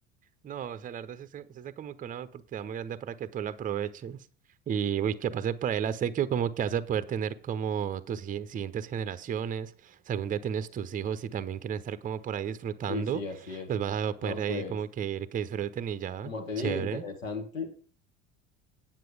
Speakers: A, on the right (about 20°); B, on the left (about 80°).
A: No, o sea, la verdad es que es como que una oportunidad muy grande para que tú la aproveches. Y uy, que pase por ahí el acequio, como que vas a poder tener como tus si- siguientes generaciones. Si algún día tienes tus hijos y también quieren estar como por ahí disfrutando,
B: sí, sí, así es.
A: los vas a poder
B: No,
A: ahí
B: pues,
A: como que ir que disfruten y ya.
B: como te
A: Chévere.
B: digo, interesante.